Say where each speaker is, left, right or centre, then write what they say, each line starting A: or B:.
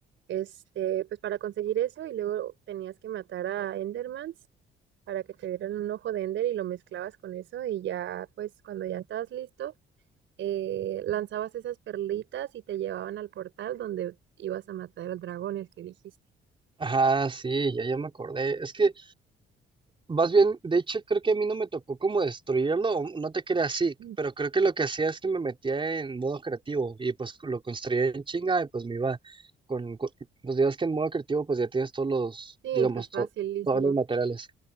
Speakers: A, on the right; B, on the right.
A: este, pues para conseguir eso y luego tenías que matar a Endermans para que te dieran un ojo de Ender y lo mezclabas con eso y ya, pues cuando ya estabas listo. eh, lanzabas esas perlitas y te llevaban al portal donde ibas a matar al dragón, el que dijiste.
B: Ajá, sí, ya, ya me acordé. Es que Más bien, de hecho, creo que a mí no me tocó como destruirlo, o no te creas así,
A: Mm.
B: pero creo que lo que hacía es que me metía en modo creativo y pues lo construía en chinga y pues me iba con, con- pues digas que en modo creativo pues ya tienes todos los,
A: Sí,
B: digamos,
A: pues facilísimo.
B: to- todos los materiales.